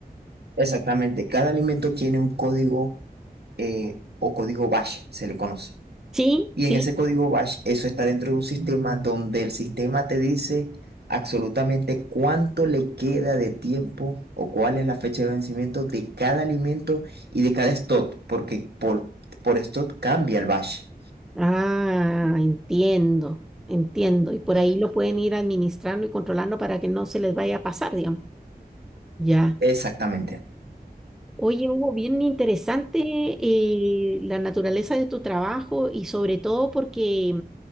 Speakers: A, on the right; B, in the centre.
A: Exactamente. Cada alimento tiene un código eh, o código BASH, se le conoce.
B: Sí,
A: Y
B: sí.
A: en ese código BASH, eso está dentro de un sistema donde el sistema te dice absolutamente cuánto le queda de tiempo o cuál es la fecha de vencimiento de cada alimento y de cada stock, porque por, por stock cambia el BASH.
B: Ah, entiendo, entiendo. Y por ahí lo pueden ir administrando y controlando para que no se les vaya a pasar, digamos. Ya.
A: Exactamente.
B: Oye, Hugo, bien interesante eh, la naturaleza de tu trabajo y sobre todo porque